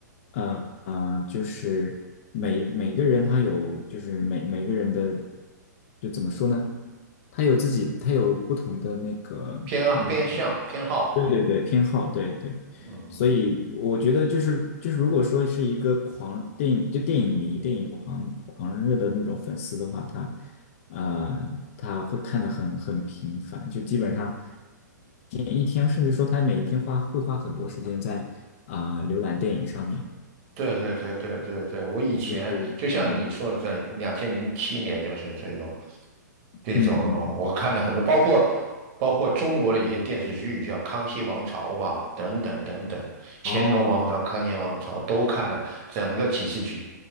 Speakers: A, on the left; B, on the right.
A: 呃呃，就是每每个人他有，就是每每个人的，就怎么说呢？他有自己，他有不同的那个，
B: 偏啊，
A: 嗯。
B: 偏向偏好，
A: 对对对，偏好，对对，
B: 嗯。
A: 所以我觉得就是就是，如果说是一个狂电影就电影迷、电影狂狂热的那种粉丝的话，他呃他会看得很很频繁，就基本上一天，甚至说他每一天花会花很多时间在啊、浏览电影上面，
B: 对对对对对对，我以前就像你说的这样，
A: 就是嗯
B: 两千零七年就是这种，这种我看了很多，
A: 嗯嗯
B: 包括包括中国的一些电视剧，叫《康熙王朝》吧，等等等等，《乾隆王朝》《康熙王朝》都看了，
A: 哦
B: 整个几十集，